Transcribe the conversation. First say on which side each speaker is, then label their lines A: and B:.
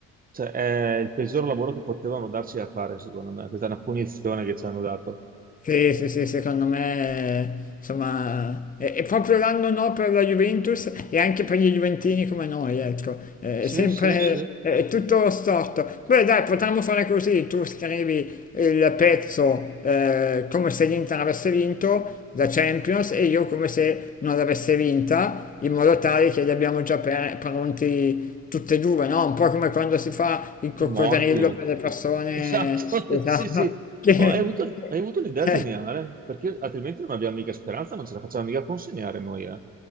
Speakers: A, on the right (about 30°); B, on the left (about 25°).
A: Cioè, è il peggior lavoro che potevano darci da fare, secondo me. Questa è una punizione che ci hanno dato.
B: Sì, sì, sì, secondo me, insomma, è, è proprio l'anno no per la Juventus e anche per gli Juventini come noi, ecco, Eh,
A: Sì,
B: è Sì, sempre
A: sì, sì.
B: sì. è tutto storto. Beh, dai, potremmo fare così, tu scrivi il pezzo eh, come se l'Inter avesse vinto la Champions e io come se non l'avesse vinta, in modo tale che li abbiamo già pre- pronti tutti e due, no? Un po' come quando si fa il coccodrillo
A: I morti.
B: per le persone,
A: Esatto, <laughs>
B: esatto,
A: sì, sì.
B: che...
A: Oh, hai avuto, hai avuto un'idea
B: Eh,
A: geniale, perché altrimenti non abbiamo mica speranza, non ce la facciamo mica consegnare noi. eh.